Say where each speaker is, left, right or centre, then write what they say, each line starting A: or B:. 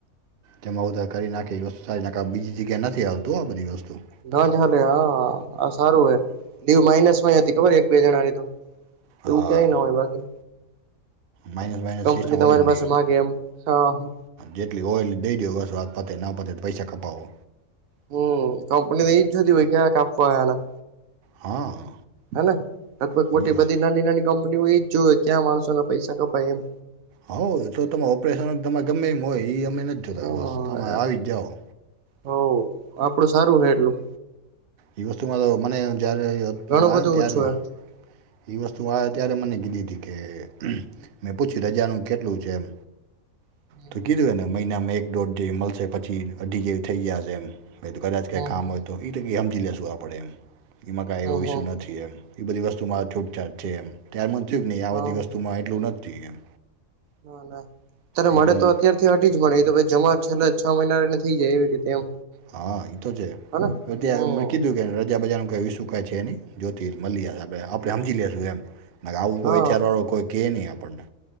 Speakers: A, on the right; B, on the right.
A: તેમાં ઉધાર કરી નાખે એ વત સારી નાખે બીજી જગ્યા નથી આવતું આ બધી વસ્તુ.
B: ના જ હાલે હા આ સારું હોય લીવ માઇનસ માંય હતી ખબર એક બે જણાની તો.
A: હા
B: એવું ક્યાંય ન હોય બાકી.
A: માઇનસ માઇનસ
B: કંપની
A: સિસ્ટમ હોય
B: તમારી
A: જ નહીં.
B: પાસે માગે એમ હા હમ
A: જેટલી હોય એલી દઈ દો બસો વાત પતે ના પતે પૈસા કપાવો.
B: હમ્મ લેકંપનીને એ જ જોતી હોય કે કાપવા આવના
A: હા.
B: હને લગભગ
A: એ
B: મોટી
A: વસ્તુ
B: બધી નાની નાની કંપનીઓ એજ જોવે ક્યાં માણસોને પૈસા કપાય એમ.
A: હ તો તમે ઓપરેશન તમે ગમે એમ હોય ઈ અમે નથી જોતા
B: હ
A: બસ તમે આવી જ જાઓ.
B: હો આપડું સારું હે એટલું.
A: એ વસ્તુમાં તો મને જ્યારે આવ્યો
B: ઘણું બધું
A: ને ત્યારે
B: ઓછું
A: એ વસ્તુ અ અત્યારે મને કીધી હતી કે મેં પૂછ્યું રજાનું કેટલું છે એમ.
B: હે
A: તો કીધું એને મહિનામાં એક દોઢ જેવી મળશે પછી અઢી જેવી થઇ ગયા હશે એમ. ભાઈ તો કદાચ કંઈ
B: હમ
A: કામ
B: હમ
A: હોય તો એ તો એવી હામજી લઈશું પડે એમ એમાં કંઈ
B: હમ
A: એવો ઈસુ
B: હમ
A: નથી એમ. એ બધી વસ્તુમાં આ છૂટછાટ છે એમ ત્યારમાં જ થયું કે નહીં આ
B: હા
A: બધી વસ્તુમાં એટલું નથી એમ.
B: ના ના ત્યારે
A: એટલે
B: મળે
A: મ
B: તો અત્યાર થી ત્યાંથી જ મળે એ તો જમા છેલ્લા છ મહિનાને થઈ જાય એવી રીતે એમ.
A: હા એ તો છે
B: હને
A: હવે ત્યાં
B: હમ
A: મે કીધું કે રજા બજારનું કંઈ ઈસુ કઈ છે નહીં. જ્યોતિલ મલિયાસ આપણે આપણે હામજી લેશું એમ બા આ આવું કોઈ
B: હા
A: વિેચારવાળો કોઈ કે નહીં આપણને.